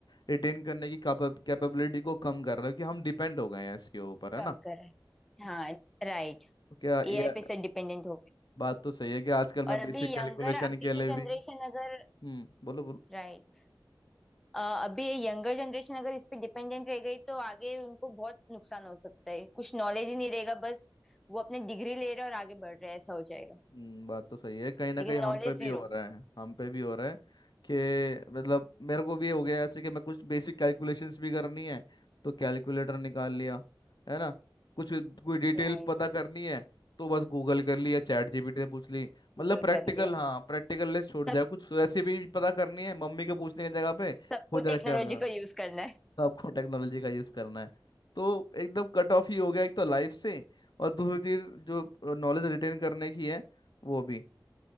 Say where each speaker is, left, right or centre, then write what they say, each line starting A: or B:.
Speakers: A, on the left; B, in the centre.
A: रिटेन करने की कैपेबिलिटी को कम कर रहा है कि हम डिपेंड हो गए हैं इसके ऊपर है
B: कम
A: ना
B: कर रहा है हाँ राइट
A: तो क्या
B: एआई
A: ये
B: पे सब डिपेंडेंट हो गए
A: बात तो सही है कि आजकल मैं
B: और
A: बेसिक
B: अभी
A: कैलकुलेशन
B: यंगर अभी
A: के लिए
B: की
A: भी
B: जनरेशन अगर
A: हम्म बोलो बोलो
B: राइट अ, अभी ये यंगर जनरेशन अगर इस पे डिपेंडेंट रह गई तो आगे उनको बहुत नुकसान हो सकता है कुछ नॉलेज ही नहीं रहेगा बस वो अपने डिग्री ले रहे हैं और आगे बढ़ रहे हैं ऐसा हो जाएगा
A: हम्म, बात तो सही है कहीं ना
B: लेकिन
A: कहीं हम
B: नॉलेज
A: पे भी
B: जीरो
A: हो रहा है हम पे भी हो रहा है कि मतलब मेरे को भी हो गया ऐसे कि मैं कुछ बेसिक कैलकुलेशंस भी करनी है तो कैलकुलेटर निकाल लिया है ना कुछ कोई डिटेल
B: राइट
A: पता करनी है तो बस गूगल कर ली या चैट जीपीटी से पूछ ली मतलब
B: गूगल
A: प्रैक्टिकल
B: कर लिया
A: हाँ प्रैक्टिकल लेस छोड़
B: सब
A: जाए कुछ रेसिपी पता करनी है मम्मी के पूछने की जगह पे
B: सबको
A: हो जाएगा
B: टेक्नोलॉजी
A: चैट
B: को यूज करना है
A: तो आपको टेक्नोलॉजी का यूज करना है तो एकदम कट ऑफ ही हो गया एक तो लाइफ से और दूसरी चीज जो नॉलेज रिटेन करने की है वो भी